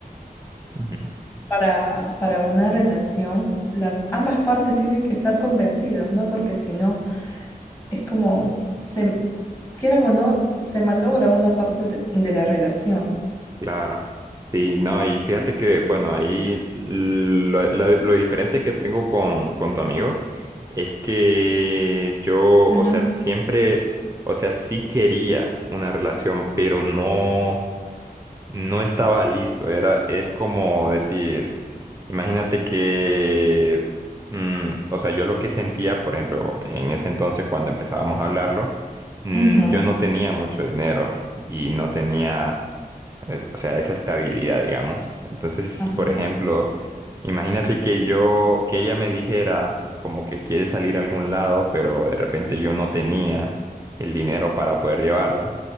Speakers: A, on the right; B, on the left.
A: ujú.
B: para, para una relación, las ambas partes tienen que estar convencidas, ¿no? Porque si no, es como, se, quieran o no, se malogra una parte de, de la relación.
A: Claro. Sí, no, y fíjate que, bueno, ahí lo, la- lo diferente que tengo con, con tu amigo es que yo,
B: Ajá.
A: o sea, siempre, o sea, sí quería una relación, pero no, no estaba listo. Era, es como decir, imagínate que, mm, o sea, yo lo que sentía, por ejemplo, en ese entonces cuando empezábamos a hablarlo, mm,
B: Ujú,
A: yo no tenía mucho dinero y no tenía eh, o sea, esa estabilidad, digamos. Entonces,
B: ajá.
A: por ejemplo, imagínate que yo, que ella me dijera como que quiere salir a algún lado, pero de repente yo no tenía el dinero para poder llevarla.